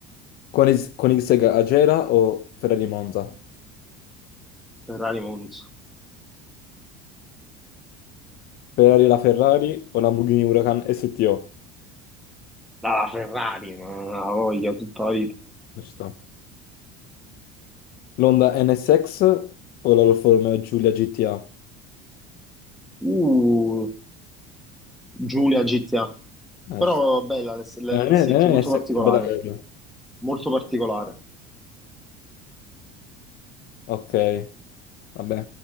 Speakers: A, on the left (about 50°); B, in the centre.
A: Con, is- con X-Tech Agera o Ferrari Monza?
B: Ferrari Monza.
A: Ferrari la Ferrari o Lamborghini Huracan STO?
B: La Ferrari, non la voglio tutta la vita.
A: Eh, Ci sta. L'Honda NSX o la Alfa Romeo Giulia GTA?
B: Uh, Giulia GTA.
A: Eh,
B: Però
A: ci
B: bella l'S-
A: sta. Eh,
B: l'NSX,
A: eh, NSX
B: molto particolare,
A: è bella carina.
B: molto particolare.
A: Ok, vabbè.